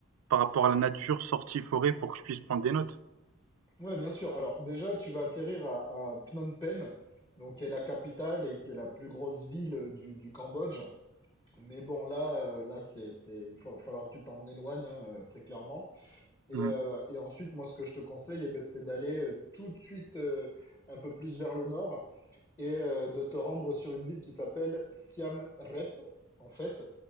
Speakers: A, on the right; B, on the left.
A: par rapport à la nature, sortie forêt, pour que je puisse prendre des notes.
B: Ouais, bien sûr. Alors déjà, tu vas atterrir à, à Phnom Penh, donc qui est la capitale et qui est la plus grosse ville du, du Cambodge. Mais bon, là, euh, là, c'est, c'est, il va falloir que tu t'en éloignes, hein, euh, très clairement. Et,
A: Hmm,
B: euh, et ensuite, moi, ce que je te conseille, eh ben, c'est d'aller euh, tout de suite euh, un peu plus vers le nord et euh, de te rendre sur une ville qui s'appelle Siem Reap, en fait.